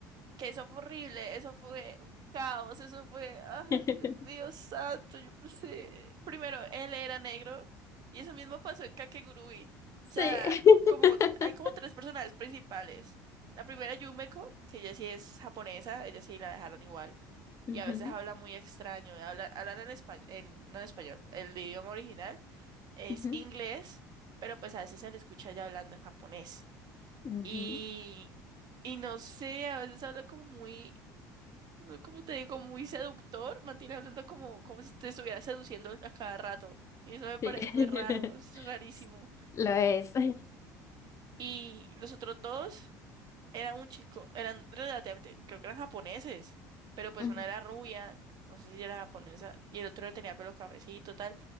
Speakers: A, on the right; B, on the left.
A: que eso fue horrible, eso fue un caos, eso fue, ah,
B: <laughs>
A: Dios mío, santo, yo pensé, primero, él era negro y eso mismo pasó en Kakegurui, o sea,
B: Sí. <laughs>
A: como, hay como tres personajes principales, la primera Yumeko, que ella sí es japonesa, ella sí la dejaron igual,
B: Ujú,
A: y a veces habla muy extraño, habla, hablan en español, en, no en español, el idioma original es
B: ujú,
A: inglés, pero pues a veces se le escucha ya hablando en japonés,
B: ujú,
A: y... Y no sé, a veces habla como muy no, como te digo, muy seductor, mantiene hablando como, como si te estuviera seduciendo a cada rato. Y eso me parece
B: Sí. <laughs>
A: muy raro, es rarísimo.
B: Lo es.
A: Y los otros dos eran un chico, eran relativamente, creo que eran japoneses, pero pues
B: <laughs>
A: una era rubia, no sé si era japonesa, y el otro tenía pelo cafecito, tal.